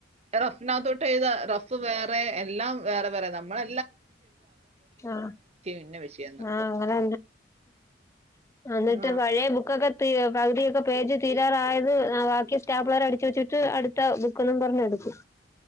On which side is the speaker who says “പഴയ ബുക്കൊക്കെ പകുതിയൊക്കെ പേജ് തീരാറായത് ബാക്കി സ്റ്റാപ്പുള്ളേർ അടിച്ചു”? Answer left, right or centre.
Left